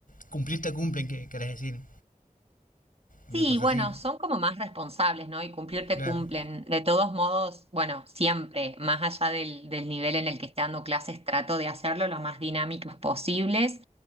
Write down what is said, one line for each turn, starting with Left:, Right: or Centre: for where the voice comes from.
Left: cumplir te cumplen, que querés decir, una
Right: Sí,
Left: cosa
Right: bueno,
Left: así,
Right: son como más responsables, ¿no? Y cumplir te
Left: claro.
Right: cumplen. De todos modos, bueno, siempre, más allá del, del nivel en el que esté dando clases, trato de hacerlo lo más dinámicos posibles.